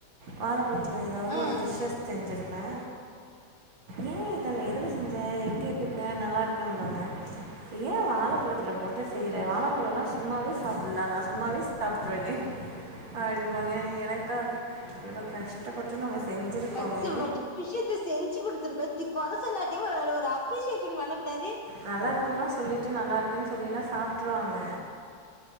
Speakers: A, on the right (about 80°); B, on the left (about 35°).
A: வாழப்பழ வீட்ல ஏதாவது
B: ம்
A: ஒரு <inaudible> செஞ்சிருப்பே ஏ இத எதுல செஞ்ச எப்டி இருக்க நல்லாருக்கேம்பாங்க எ வாழப்பழத்துல போட்டு செய்ற வாழப்பழலா சும்மாவே சாப்புல்லா நா சும்மாவே சாப்ட்றுவேனே அப்டிம்பாங்க எனக்கா இவ்ளோ கஷ்டப்பட்டு நம்ம செஞ்சுருக்கோமே
B: கஷ்டப்பட்டு விஷ்யத்த செஞ்சு குடுத்துருக்கோ தி கொர சொல்லாட்டியு ஒரு ஒரு அப்ரிஷ் அப்ரிஷேஷன் பண்ணக்கூடாது
A: நல்லா இருக்குன்லா சொல்லிட்டு நல்லா இருக்குன்னு சொல்லிலா சாப்ட்ருவாங்க